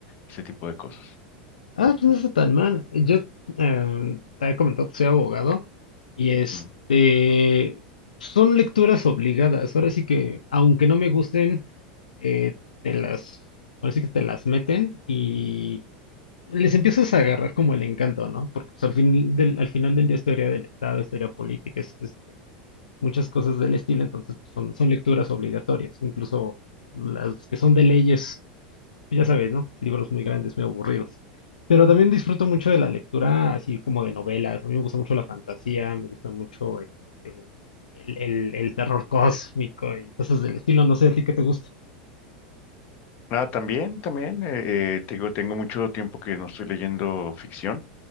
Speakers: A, on the left; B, on the left.
A: ese tipo de cosas.
B: Ah, pues no está tan mal. Yo em, te he comentado que soy abogado y este
A: Ujú.
B: son lecturas obligadas. Ahora sí que, aunque no me gusten, eh, te las, ahora sí que te las meten y les empiezas a agarrar como el encanto, ¿no? Porque pues, al fin del, al final del día es teoría del Estado, es teoría política, es este, muchas cosas del estilo, entonces pues, son, son lecturas obligatorias, incluso las que son de leyes. ya sabes, ¿no? Libros muy grandes, muy aburridos. Pero también disfruto mucho de la lectura, así como de novelas. A mí me gusta mucho la fantasía, me gusta mucho este, el, el- el terror <laughs> cósmico y cosas del estilo. No sé a ti qué te gusta.
A: Ah, también, también, eh, eh, te digo, tengo mucho tiempo que no estoy leyendo ficción.